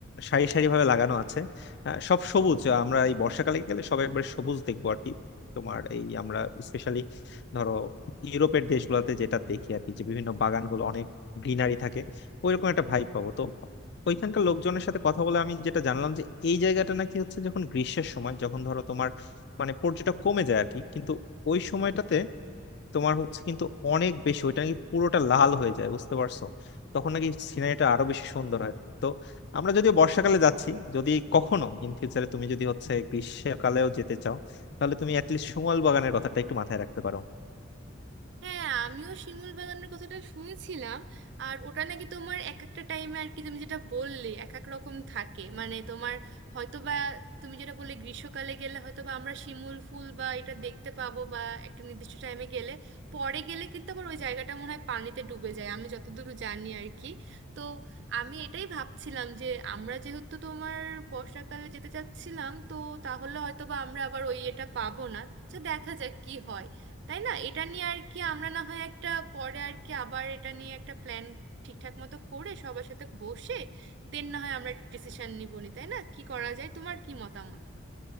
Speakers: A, on the left (about 55°); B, on the right (about 55°).
A: সারি সারি ভাবে লাগানো আছে আহ, সব সবুজ আহ, আমরা এই বর্ষাকালে গেলে সব একবারে সবুজ দেখবো আর কি তোমার এই আমরা স্পেশালি ধরো ইউরোপের দেশগুলোতে যেটা দেখি আর কি যে বিভিন্ন বাগানগুলো অনেক গ্রিনারি থাকে ওইরকম একটা ভাইব পাবো তো ওইখানকার লোকজনের সাথে কথা বলে আমি যেটা জানলাম যে এই জায়গাটা নাকি হচ্ছে যখন গ্রীষ্মের সময় যখন ধরো তোমার মানে পর্যটক কমে যায় আর কি কিন্তু ওই সময়টাতে তোমার হচ্ছে কিন্তু অনেক বেশি ওইটা নাকি পুরোটা লাল হয়ে যায় বুঝতে পারছো তখন নাকি সিনারিটা আরো বেশি সুন্দর হয় তো আমরা যদি বর্ষাকালে যাচ্ছি যদি কখনো ইন ফিউচারে তুমি যদি হচ্ছে গ্রীষ্মকালেও যেতে চাও তাহলে তুমি অ্যাটলিস্ট সমল বাগানের কথাটা একটু মাথায় রাখতে পারো
B: হ্যাঁ আমিও শিমুল বাগানের কথাটা শুনেছিলাম আর ওটা নাকি তোমার এক একটা টাইমে আর কি তুমি যেটা বললে এক এক রকম থাকে মানে তোমার হয়তোবা তুমি যেটা বললে গ্রীষ্মকালে গেলে হয়তোবা আমরা শিমুল ফুল বা এটা দেখতে পাবো বা একটা নির্দিষ্ট টাইমে গেলে পরে গেলে কিন্তু আবার ওই জায়গাটা মনে হয় পানিতে ডুবে যায় আমি যতদূর জানি আর কি তো আমি এটাই ভাবছিলাম যে আমরা যেহেতু তোমার বর্ষাকালে যেতে চাচ্ছিলাম তো তাহলে হয়তোবা আমরা আবার ওই এটা পাবো না তো দেখা যাক কি হয় তাই না এটা নিয়ে আর কি আমরা না হয় একটা পরে আর কি আবার এটা নিয়ে একটা প্ল্যান ঠিকঠাক মতো করে সবার সাথে বসে দেন না হয় আমরা একটা ডিসিশন নিব নি তাই না কি করা যায় তোমার কি মতামত